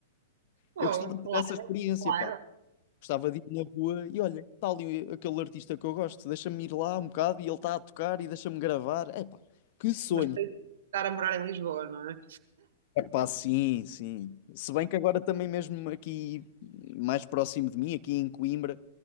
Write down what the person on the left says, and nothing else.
Eu gostava de
ter essa experiência,
pá. Gostava de ir na rua e olha, está ali aquele artista que eu gosto, deixa-me ir lá um bocado e ele está a tocar e deixa-me gravar. Epá, que sonho.
Epá, sim, sim. Se bem que agora também mesmo aqui mais próximo de mim, aqui em Coimbra,